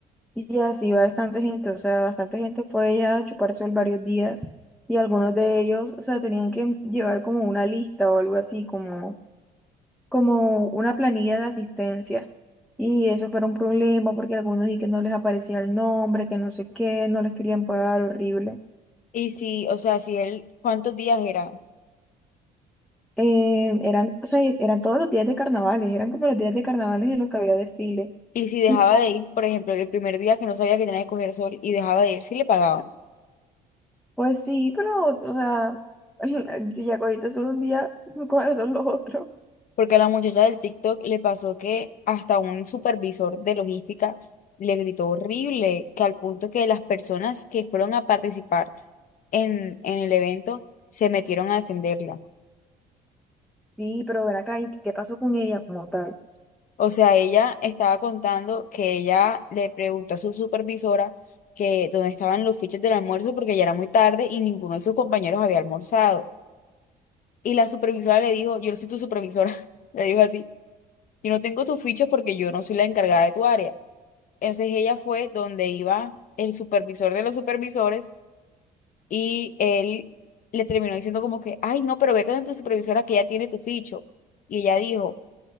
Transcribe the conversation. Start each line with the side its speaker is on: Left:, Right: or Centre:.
Centre: Y así bastante gente, o sea, bastante gente fue allá a chupar sol varios días y algunos de ellos, o sea, tenían que llevar como una lista o algo así, como, como una planilla de asistencia. Y eso fue un problema porque algunos y que no les aparecía el nombre, que no sé qué, no les querían pagar, horrible.
Left: Y si, o sea, si él, ¿cuántos días era?
Centre: Eh, eran, o sea, eran todos los días de carnavales, eran como los días de carnavales en los que había desfile.
Left: Y si dejaba
Centre: Tipo,
Left: de ir, por ejemplo, el primer día que no sabía que tenía que coger sol y dejaba de ir, sí le pagaban.
Centre: pues sí, pero, o sea, <laughs> si ya cogiste solo un día, <laughs> ¿cuáles son los otros?
Left: porque a la muchacha del TikTok le pasó que hasta un supervisor de logística le gritó horrible, que al punto que las personas que fueron a participar en, en el evento se metieron a defenderla.
Centre: Sí, pero ven acá, ¿y qué pasó con ella como tal?
Left: O sea, ella estaba contando que ella le preguntó a su supervisora que dónde estaban los fichos del almuerzo porque ya era muy tarde y ninguno de sus compañeros había almorzado. Y la supervisora le dijo, yo no soy tu supervisora, <laughs> le dijo así, yo no tengo tus fichos porque yo no soy la encargada de tu área. Entonces ella fue donde iba el supervisor de los supervisores y él le terminó diciendo como que, ay, no, pero vete donde tu supervisora que ya tiene tu ficho. Y ella dijo,